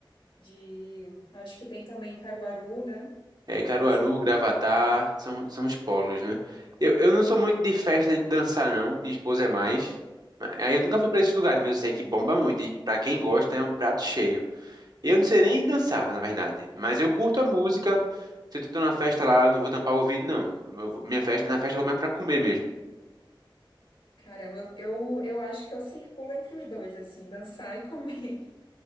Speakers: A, on the left; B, on the right.
A: de. Acho que tem também em Caruaru, né?
B: É, Caruaru,
A: Você já.
B: Gravatá, são, são os polos, né? Eu, eu não sou muito de festa de dançar, não. Minha esposa é mais. Mas- Aí eu nunca
A: Hum,
B: fui pra esses lugares, mas eu sei que bomba muito. E pra quem gosta, é um prato cheio. Eu não sei nem dançar, na verdade. Mas eu curto a música. Se eu tô numa festa lá, eu não vou tampar o ouvido, não. Eu vou- minha festa, na festa eu vou mais pra comer mesmo.
A: caramba, eu, eu, eu acho que eu circulo entre os dois, assim, dançar e comer.